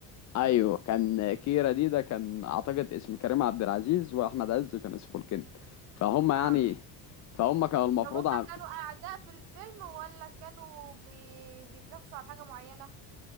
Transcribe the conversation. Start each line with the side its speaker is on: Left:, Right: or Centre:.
Left: ايوه كان كيرة دي ده كان اعتقد اسم كريم عبد العزيز واحمد عز كان اسمه الجن فهم يعني
Right: اه
Left: فهم كانوا المفروض
Right: طب هما
Left: عم...
Right: كانوا أعداء في الفيلم ولا كانوا بي... بيتنافسوا على حاجة معينة